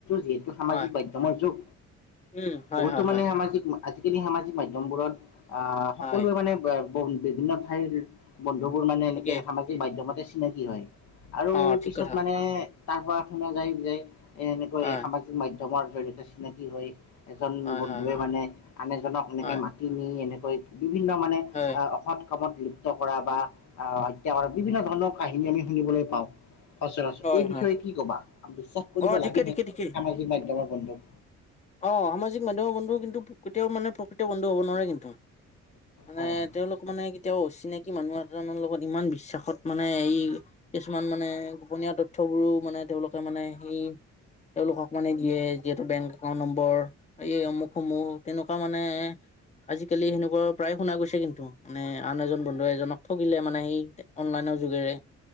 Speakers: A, on the left; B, on the left.
A: যিহেতু সামাজিক
B: হয়
A: মাধ্যমৰ যুগ।
B: উম হয়
A: বহুতো
B: হয়
A: মানে
B: হয়
A: সামাজিক আজিকালি সামাজিক মাধ্যয়মবোৰত আহ সকলোৱে
B: হয়
A: মানে বিভিন্ন ঠাইৰ বন্ধুবোৰ মানে এনেকে
B: ঠিকেই
A: সামাজিক মাধ্যমতে চিনাকি হয় আৰু
B: অ ঠিক
A: পিছত
B: কথা
A: মানে তাৰ পৰা শুনা যায় যে এ এনেকৈ
B: হয়,
A: সামাজিক মাধ্যমৰ জৰি়তে চিনাকি হয় এজন
B: হয়,
A: বন্ধুৱে
B: হয়, হয়,
A: মানে আন এজনক এনেকে
B: হয়,
A: মাতি নি এনেকৈ বিভিন্ন মানে
B: হয়,
A: অসৎ কামত কৰা বা আহ হত্যা কৰা বিভিন্ন ধৰণৰ কাহিনী আমি শুনিবলৈ পাওঁ। সচৰাচৰ
B: হয়,
A: এই বিষয়ে
B: হয়।
A: কি কবা? বিশ্বাস কৰিব
B: অ', ঠিকে,
A: লাগেনে
B: ঠিকে, ঠিকেই।
A: সামাজিক মাধ্যয়মৰ বন্ধুক?
B: অ সামাজিক মাধ্যমৰ বন্ধুও কিন্তু কেতিয়াও মানে প্ৰকৃত বন্ধু 'ব নোৱাৰে কিন্তু, মানে
A: হয় হয়
B: তেওঁলোক মানে কেতিয়াও চিনাকি মানুহ এজনৰ লগত ইমান বিশ্বাসত মানে এই কিছুমান মানে গোপনীয় তথ্যয়বোৰো মানে তেওঁলোকে মানে সেই তেওঁলোকক মানে দিয়ে যিহেতু বেংগ একাউট নম্বৰ এই অমুকসমূূহ তেনেকুৱা মানে আজিকালি সেনেকুৱা প্ৰায় শুনা গৈছে কিন্তু, মানে আন এজন বন্ধু এজনক ঠগিলে মানে সেই অনলাইনত যোগেৰে।